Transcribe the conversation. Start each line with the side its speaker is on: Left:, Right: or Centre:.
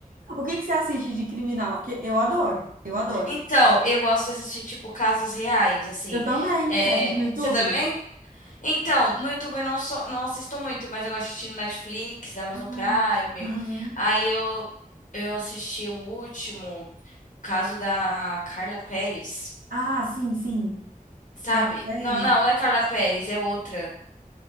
Right: O que que você assiste de criminal? Porque eu adoro. Eu adoro.
Left: Então, eu gosto de assistir, tipo, casos reais, assim.
Right: Eu também.
Left: É,
Right: Você assiste no YouTube?
Left: você também? Então, no YouTube eu não, sou, não assisto muito, mas eu gosto de assistir no Netflix, Amazon
Right: Ah,
Left: Prime.
Right: aham.
Left: Aí eu, eu assisti o último, o caso da Carla Pérez,
Right: Ah, sim, sim.
Left: sabe?
Right: Carrossel.
Left: Não, não, não é Carla Pérez, é outra.